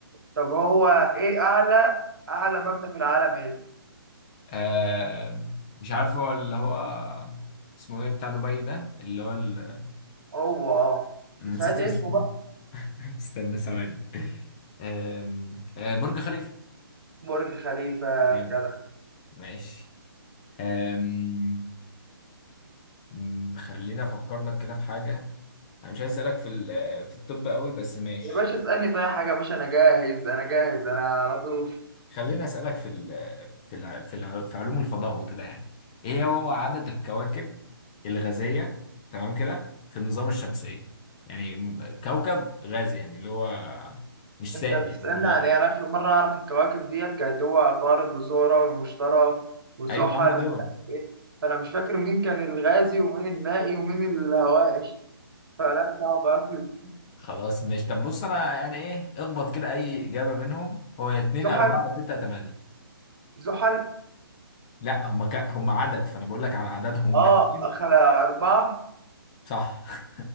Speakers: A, on the right; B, on the left.
A: طب هو إيه أعلى أعلى مبنى في العالم إيه؟
B: آه مش عارف هو اللي هو اسمه ايه بتاع دبي ده اللي هو ال... <laughs>
A: هو أه
B: أنا
A: ساعات
B: نسيت
A: اسمه
B: اسمه
A: بقى
B: <laughs> استنى ثواني آم، آه برج خليفه
A: برج خليفة
B: جامد
A: جدع
B: ماشي آم، م، خليني افكر لك كده في حاجه انا مش عايز اسالك في ال- في الطب قوي بس ماشي
A: يا باشا اسألني في أي حاجة يا باشا أنا جاهز أنا جاهز أنا على طول
B: خليني أسألك في ال في ال في, ال في علوم الفضاء وكده يعني ايه هو عدد الكواكب الغازية تمام كده في النظام الشمسية يعني م- كوكب غازي يعني اللي هو مش
A: انت
B: سائل
A: بتسألني
B: يعني هو غازي
A: عن ايه انا اخر مرة اعرف الكواكب ديت كانت هو عطارد وزهرة والمشتري وزحل
B: ايوه ما هم دول
A: ومش عارف ايه فانا مش فاكر مين كان الغازي ومين المائي ومين الهوائي فلا صعب اوي
B: خلاص ماشي طب بص انا يعني ايه اخبط كده اي اجابة منهم هو يا اتنين
A: زحل
B: يا اربعة يا ستة يا تمانية
A: زحل
B: لا هم ك... هم عدد فانا بقول لك على عددهم هم
A: اه
B: اتنين
A: اخر اربعة
B: صح